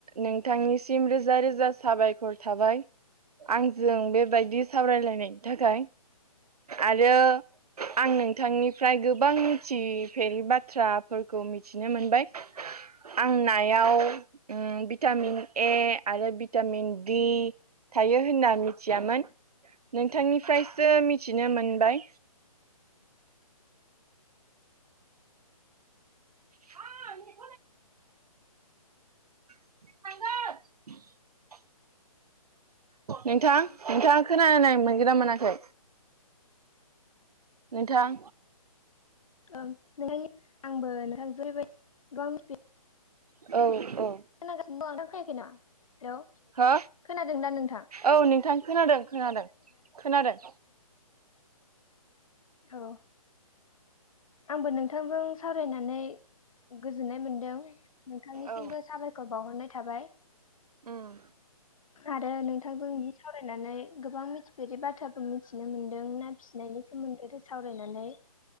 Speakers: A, on the right; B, on the left.
A: नोंथांनिसिम रोजा रोजा साबायखर थाबाय। आंजों बेबायदि सावरायलायनायनि थाखाय आरो आं नोंथांनिफ्राय गोबां मिथि फेरै बाथ्राफोरखौ मिथिनो मोनबाय आं नायाव भिटामिन ए आरो भिटामिन दि थायो होनना मिथियामोन। नोंथांनिफ्रायसो मिथिनो मोनबाय।
B: <inaudible>
A: <unintelligible>
B: <inaudible>
A: <unintelligible>
B: <inaudible>
A: नोंथां नोंथाङा खोनानाय मोनगोना मोनाखै। नोंथां।
B: नोंथांनि आंबो नोंथां जबायदि गाव <unintelligible>
A: औ औ
B: खोनागासिनो दं नोंथां खोनायाखै ना हेल'
A: हो
B: खोनादों दा नोंथां
A: औ नोंथां खोनादों खोनादों खोनादों
B: औ आंबो नोंथांजों सावरायनानै गोजोननाय मोनदों नोंथांनिसिमबो
A: औ
B: साबायखर बावहरनाय थाबाय
A: उम
B: आरो नोंथांजोंनि सावरायनानै गोबां मिथिफेरि बाथ्राबो मिथिनो मोनदों ना फिसिनाय नि सोमोन्दै सावरायनानै